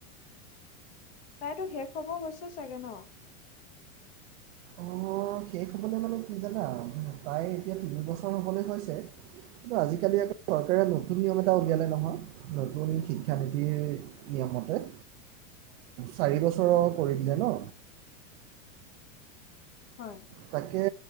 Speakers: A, on the left; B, on the right.
A: তাইতো শেষ হব হৈছে চাগে ন
B: অ শেষ হ'বলৈ মানে কি জানা তাই এতিয়া তিনিবছৰ হ'বলৈ হৈছে কিন্তু আজিকালি আকৌ চৰকাৰে নতুন নিয়ম এটা উলিয়ালে নহয় নতুন শিক্ষানীতিৰ নিয়মতে চাৰি বছৰৰ কৰি দিলে ন
A: হয়
B: তাকে